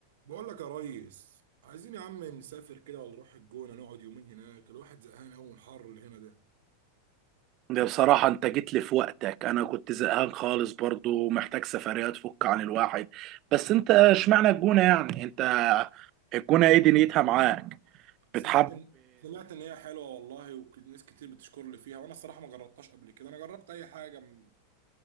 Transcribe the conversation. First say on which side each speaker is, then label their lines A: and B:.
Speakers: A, on the right (about 75°); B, on the right (about 40°).
A: بقول لك يا ريس عايزين يا عم نسافر كده ولا نروح الجونة نقعد يومين هناك الواحد زهقان قوي من الحر اللي هنا ده
B: ده بصراحة أنت جيت لي في وقتك أنا كنت زهقان خالص برضو محتاج سفرية تفك عن الواحد بس أنت اشمعنى الجونة يعني أنت الجونة إيه دنيتها معاك
A: سمعت
B: بتحب
A: ان سمعت ان هي حلوة والله وناس كتير بتشكر لي فيها وانا الصراحة ما جربتهاش قبل كده انا جربت اي حاجة م-